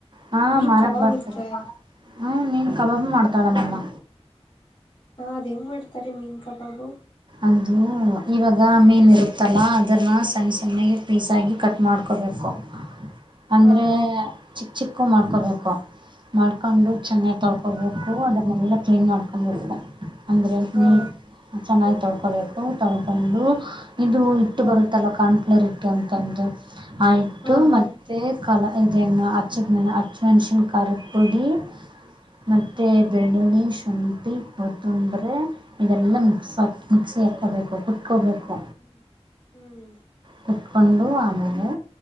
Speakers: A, on the right; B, on the left.
A: ಹಾಂ
B: ಮೀನ್
A: ಮಾರಕ್ಕೆ
B: ಕಬಾಬ್
A: ಬರ್ತೀರಿ
B: ಇರ್ತ ಹಾ
A: ಹ ಮೀನುಕಬಾಬು ಮಾಡ್ತಾಳ ಮಮ್ಮ
B: ಹಾ ಅದ್ ಹೆಂಗ್ ಮಾಡ್ತಾರೆ ಮೀನ್ಕಾ ಬಾಬು
A: ಅದು ಇವಾಗ ಮೀನ್ ಇರುತ್ತಲ್ಲಾ ಅದ್ರನ್ನ ಸಣ್ಣ ಸಣ್ಣ ಪೀಸಾಗಿ ಕಟ್ ಮಾಡ್ಕೋಬೇಕು ಅಂದರೆ
B: ಹಾ
A: ಚಿಕ್ಕ ಚಿಕ್ಕು ಮಾಡ್ಕೊಬೇಕು ಮಾಡ್ಕೊಂಡು ಚೆನ್ನಾಗಿ ತೊಳ್ಕೊಬೇಕು ಅದನ್ನೆಲ್ಲ ಕ್ಲೀನ್ ಮಾಡ್ಕು ಅ ಅಂದರೆ
B: ಹಾ
A: ನೀರು ಚೆನ್ನಾಗಿ ತೊಳ್ಕೊಬೇಕು ತೊಳ್ಕೊಂಡು ಇದು ಇಟ್ಟು
B: ಹಾ
A: ಬರುತ್ತಲ್ಲ ಕಾರ್ನ್ಫ್ಲೋರ್ ಇತ್ತು ಅಂತಂದು ಆಯತು
B: ಹಾ
A: ಮ
B: ಹಾ
A: ಮತ್ತು ಕಲ ಇದದೆ ಅಚ್ಚ ಅಚ್ಚು ಮೆಣಸಿನ ಕರೆ ಪುಡಿ ಮತ್ತೆ
B: ಹ್ಮ್
A: ಬೆಳ್ಳಳ್ಳಿ ಶುಂಠಿ ಕೊತ್ತಂಬ್ರೆ ಇದೆಲ್ಲಾ
B: ಹ್ಮ್
A: ಸ್ವಲ್ಪ ಮಿಕ್ಸಿ ಹಾಕೋಬೇಕು ಕುತ್ಕೋಬೇಕು
B: ಹ್ಮ್ ಹ್ಮ್
A: ಕುತ್ಕೊಂಡು ಆಮೇಲೆ